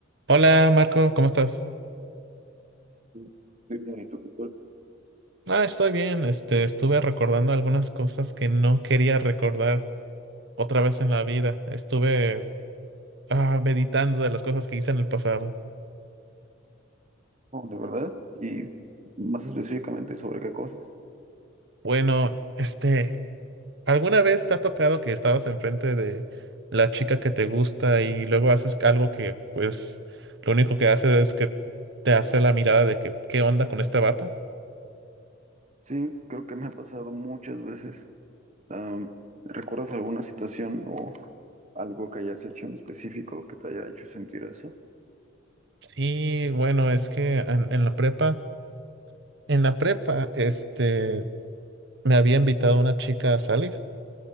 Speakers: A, on the right; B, on the right.
A: Hola Marco, ¿cómo estás?
B: Muy bien, ¿tú qué
A: Ah, estoy bien. Este, estuve recordando algunas cosas que no quería recordar otra vez en la vida. Estuve ah, meditando de las cosas que hice en el pasado.
B: Oh, de verdad, y más específicamente sobre qué cosas.
A: Bueno, este, ¿alguna vez te ha tocado que estabas enfrente de la chica que te gusta y luego haces algo que, pues, lo único que hace es que te hace la mirada de que, ¿qué onda con este vato?
B: Sí, creo que me ha pasado muchas veces. Am, ¿recuerdas alguna situación o algo que hayas hecho en específico que te haya hecho sentir eso?
A: Sí, bueno, es que en en la prepa, en la prepa, este me había invitado una chica a salir